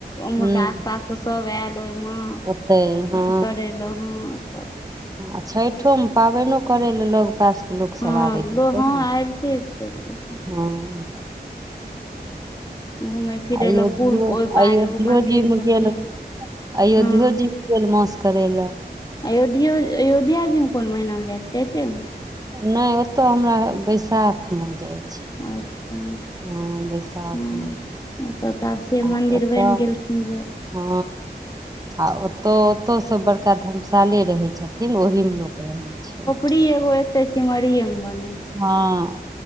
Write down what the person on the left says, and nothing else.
उम्हर
के आस पास के सब आयल ओहि मे
अथी करैल हँ सभ
हँ
लो
हँ
आबिते छै ओते सब
घुमय फिरै
लए पुल ओहि पार
एगो मंदिर
छथिन
हँ
अयोध्यो अयोध्या जी मे कोन महिना मे जाइ छै चैतेमे
अच्छा
हँ ओतऽ तऽ आब से
मन्दिर
बनि गेलखिन जे
सिढ़ी एगो एते सिमरिये मे बनै छै